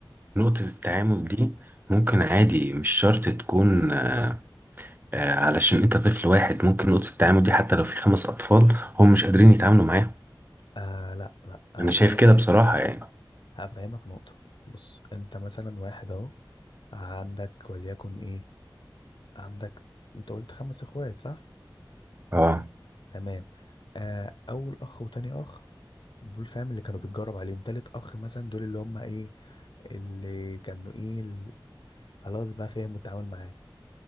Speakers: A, on the right (about 25°); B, on the left (about 70°).
A: نقطة التعامل دي ممكن عادي مش شرط تكون آه، آه، علشان انت طفل واحد ممكن نقطة التعامل دي حتى لو في خمس أطفال هم مش قادرين يتعاملوا معاها
B: آه لا لا هفهمك
A: أنا شايف كده بصراحة يعني
B: هفهمك نقطة بص انت مثلا واحد اهو عندك وليكن ايه عندك انت قلت خمس اخوات صح
A: اه
B: تمام آه اول اخ وتاني اخ دول فاهم اللي كانوا بيتجرب عليهم تالت اخ مثلا دول اللي هم ايه اللي كانوا ايه ال- خلاص بقى فهموا التعامل معاه